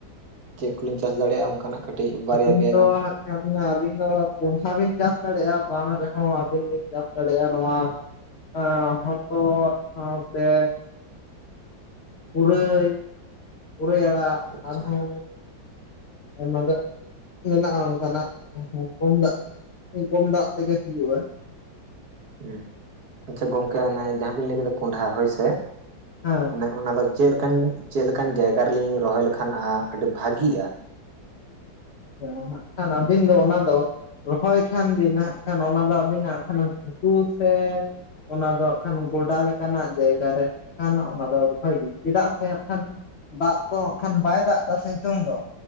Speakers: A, on the right; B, on the left.
A: ᱪᱮᱫ ᱠᱚᱞᱤᱧ ᱪᱟᱥ ᱫᱟᱲᱮᱭᱟᱜᱼᱟ ᱚᱱᱠᱟᱱᱟᱜ ᱠᱟᱹᱴᱤᱡ ᱵᱟᱨᱭᱟ
B: ᱟᱹᱵᱤᱱ
A: ᱯᱮᱭᱟ
B: ᱫᱚᱼᱼ
A: ᱜᱟᱱ
B: ᱟᱹᱵᱤᱱ ᱫᱚ ᱠᱚᱱᱹᱰᱷᱟ ᱵᱤᱱ ᱪᱟᱥ ᱫᱟᱲᱮᱭᱟᱜ-ᱟ ᱵᱟᱝ ᱨᱮᱦᱚᱸ ᱟᱹᱵᱤᱱ ᱵᱮᱱ ᱪᱟᱥ ᱫᱟᱲᱮᱭᱟᱜ-ᱟ ᱱᱚᱣᱟ ᱮᱸ ᱦᱚᱛᱚᱫ ᱥᱟᱶᱛᱮ ᱯᱩᱨᱟᱹᱭ ᱯᱩᱨᱟᱹᱭ ᱟᱲᱟᱜ
A: ᱟᱪᱪᱷᱟ
B: ᱟᱨᱦᱚᱸ ᱟᱭᱢᱟ ᱜᱟᱱ ᱢᱮᱱᱟᱜ-ᱟ ᱚᱱᱠᱟᱱᱟᱜ ᱠᱚᱢ ᱫᱟᱜ ᱠᱚᱢ ᱫᱟᱜ ᱛᱮᱜᱮ ᱦᱩᱭᱩᱜ-ᱟ᱾
A: ᱦᱩᱸ ᱟᱪᱪᱷᱟ ᱜᱚᱝᱠᱮ ᱚᱱᱮ ᱡᱟᱦᱟᱸ ᱵᱤᱱ ᱞᱟᱹᱭ ᱠᱮᱫᱟ ᱠᱚᱸᱰᱷᱟ ᱦᱳᱭ ᱥᱮ,
B: ᱦᱮᱸ
A: ᱚᱱᱮ ᱚᱱᱟᱫᱚ ᱪᱮᱨ ᱞᱮᱠᱟᱱ ᱪᱮᱫ ᱞᱮᱠᱟᱱ ᱡᱟᱭᱜᱟ ᱨᱮᱞᱤᱧ ᱨᱚᱦᱚᱭ ᱞᱮᱠᱷᱟᱱ ᱟ ᱟᱹᱰᱤ ᱵᱷᱟᱜᱤᱜ-ᱟ?
B: ᱦᱟᱸᱜ ᱠᱷᱟᱱ ᱟᱹᱵᱤᱱ ᱫᱚ ᱚᱱᱟ ᱫᱚ ᱨᱚᱦᱚᱭ ᱠᱷᱟᱱ ᱵᱤᱱ ᱱᱟᱜ ᱠᱷᱟᱱ ᱚᱱᱟ ᱫᱚ ᱟᱹᱵᱤᱱᱟᱜ ᱠᱷᱟᱱ ᱜᱷᱩᱴ ᱥᱮ ᱚᱱᱟ ᱫᱚ ᱦᱟᱸᱜ ᱠᱷᱟᱱ ᱜᱚᱰᱟ ᱞᱮᱠᱟᱱᱟᱜ ᱡᱟᱭᱜᱟ ᱨᱮ ᱠᱷᱟᱱ ᱚᱱᱟ ᱫᱚ ᱨᱚᱦᱚᱭ ᱫᱤᱱ ᱪᱮᱫᱟᱜ ᱥᱮ ᱦᱟᱸᱜ ᱠᱷᱟᱱ ᱫᱟᱜ ᱛᱚ ᱦᱟᱸᱜ ᱠᱷᱟᱱ ᱵᱟᱭ ᱫᱟᱜ ᱮᱫᱟ ᱥᱮ ᱦᱤᱛᱩᱝ ᱫᱚ᱾